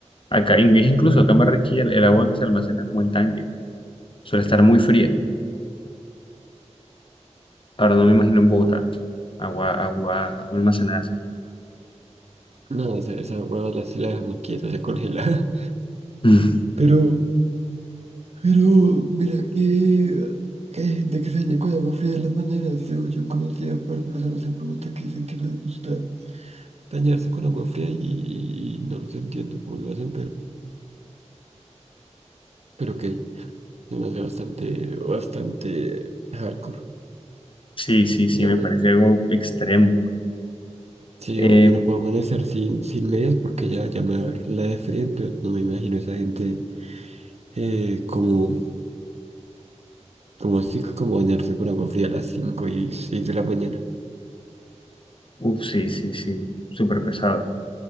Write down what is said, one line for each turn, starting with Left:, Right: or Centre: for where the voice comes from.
Left: acá, en- es incluso acá en Barranquilla el, el agua que se almacena como en tanque suele estar muy fría. Ahora no me imagino en Bogotá, agua, agua, agua almacenada así.
Right: No, esa, esa hueva la, si la dejamos quieta se congela.
Left: <laughs>
Right: <laughs> Pero, pero, mira que, que hay gente que se baña con agua fría en las mañanas. Yo, yo conocí a par de personas en Bogotá que dicen que les gusta bañarse con agua fría y, y- y no los entiendo cómo lo hacen, pero, pero ok. Se me hace bastante, bastante hardcore,
Left: Sí, sí, sí,
Right: digamos.
Left: me parece algo extremo.
Right: Sí,
Left: Eh,
Right: digamos, yo no puedo amanecer sin, sin medias porque ya, ya me va a dar la de frío, entonces no me imagino esa gente eh, como, como así, como bañarse con agua fría a las 5 y 6 de la mañana.
Left: Uf, sí, sí, sí, súper pesado.